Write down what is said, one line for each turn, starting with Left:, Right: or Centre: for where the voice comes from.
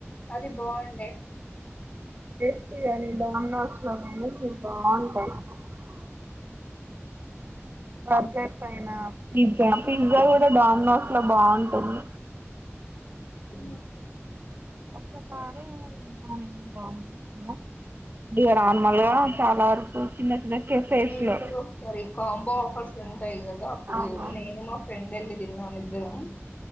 Left: అది బాగుండే
Right: <inaudible> బర్గర్ పైన పిజ్జా పిజ్జా కూడా డామినోస్ లో బాగుుంది అవును
Left: ఉ
Right: <inaudible> ఇ రాన్ మల్గా చాలా వరకు చిన్న చిన్న కెఫేస్
Left: మ ఇంకు
Right: లో
Left: ఒకసారి కాంబో ఆఫర్స్ ఉంటాయి కదా అప్పుడు
Right: అవునవును
Left: నేను మా ఫ్రెండ్ రండి తిందాం ద్దరం